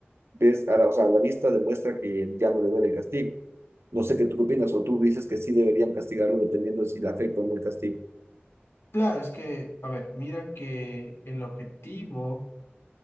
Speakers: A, on the right; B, on the left.
A: ves, a la, o sea, la vista demuestra que ya no le duele el castigo. No sé qué tú qué opinas, o tú dices que sí deberían castigarlo dependiendo de si le afecta o no el castigo.
B: Claro, es que, a ver, mira que el objetivo...